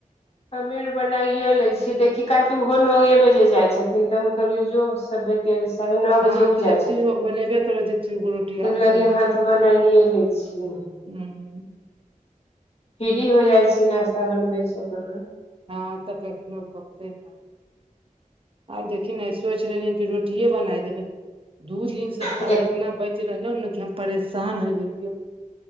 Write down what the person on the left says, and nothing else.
सबेर बनाइये लय छीये देखी काहे की ओहो नौ ए बजे जाइ छथिन तऽ हम कहलियौ जो सभे कऽ कियकि साढ़े नौ
बजे उ
जाइ
छथिन
<inaudible>
तऽ लगे
हाथ बनाइए लै छिये <unintelligible>
फ्री हो जाइ छी नाश्ता बनबै छी ओकर बाद
ह